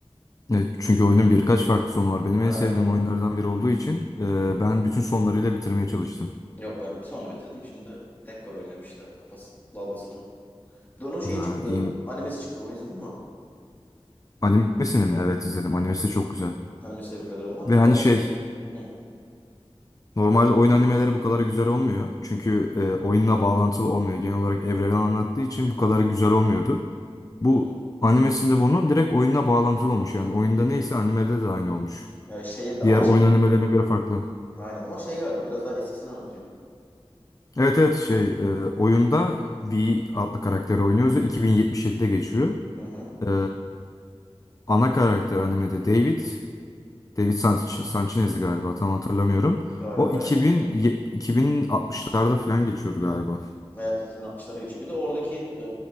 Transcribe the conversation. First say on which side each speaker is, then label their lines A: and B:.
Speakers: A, on the left (about 35°); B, on the left (about 20°).
A: Evet, çünkü oyunun birkaç farklı sonu var. Benim
B: Aynen.
A: en sevdiğim oyunlardan biri olduğu için e, ben bütün sonlarıyla bitirmeye çalıştım.
B: Yok ben bir sonra bitirdim. Şimdi tek oynuyorum işte. Kafası dalgasını. Bir de onun şeyi
A: Ha,
B: çıktı.
A: iyi.
B: Animesi çıktı. Onu izledin mi?
A: Animesini mi? Evet izledim. Animesi de çok güzel.
B: Animesi de güzel. Ama
A: Ve hani
B: devam.
A: şey
B: Hı
A: normalde oyun animeleri bu kadar güzel olmuyor. Çünkü e, oyunla bağlantılı olmuyor. Genel olarak evreni anlattığı için bu kadar güzel olmuyordu. Bu
B: hı. hı.
A: animesinde bunun direkt oyunla bağlantılı olmuş. Yani oyunda neyse animede de aynı olmuş.
B: Yani şehirde ama
A: Diğer
B: şey.
A: oyun animelerine göre farklı.
B: Aynen ama şey galiba biraz daha eskisini anlatıyor.
A: Evet evet şey e, oyunda V adlı karakteri oynuyoruz ve 2077'de geçiyor.
B: Hı hı.
A: Ee, ana karakter animede David, David Sanch Sanchez galiba tam hatırlamıyorum.
B: Galiba
A: O 2000
B: öyle.
A: ye- 2060'larda falan geçiyordu galiba.
B: Evet 2060'lara geçiyor. Bir de oradaki e,